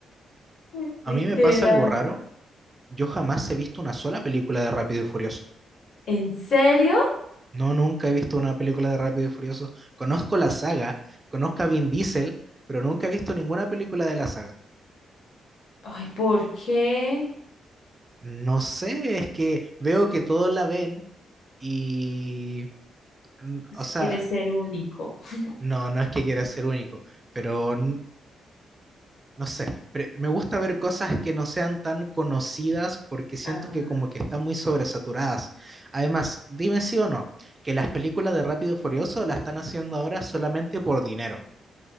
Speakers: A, on the left; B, on the right.
A: <laughs>
B: A
A: literal.
B: mí me pasa algo raro yo jamás he visto una sola película de Rápido y Furioso.
A: ¿En serio?
B: No, nunca he visto una película de Rápido y Furioso. Conozco la saga, conozco a Vin Diesel, pero nunca he visto ninguna película de la saga.
A: Ay, ¿por qué?
B: No sé, es que veo que todos la ven y, mm,
A: Pues
B: o
A: Si
B: sea,
A: quieres ser único. <laughs>
B: no, no es que quiera ser único, pero n- no sé, pre- me gusta ver cosas que no sean tan conocidas porque siento
A: Ah.
B: que como que están muy sobresaturadas. Además, dime sí o no, que las películas de Rápido y Furioso las están haciendo ahora solamente por dinero.